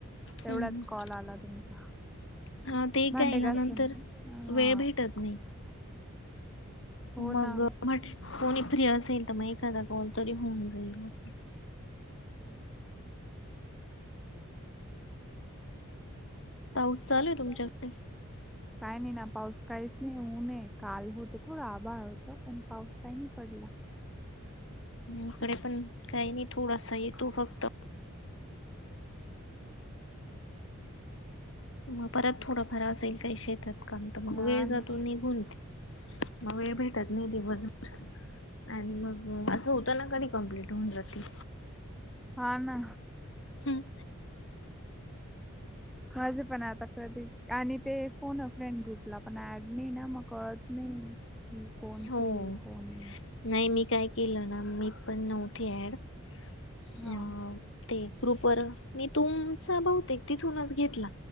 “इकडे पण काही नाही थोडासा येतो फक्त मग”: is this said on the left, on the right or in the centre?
Left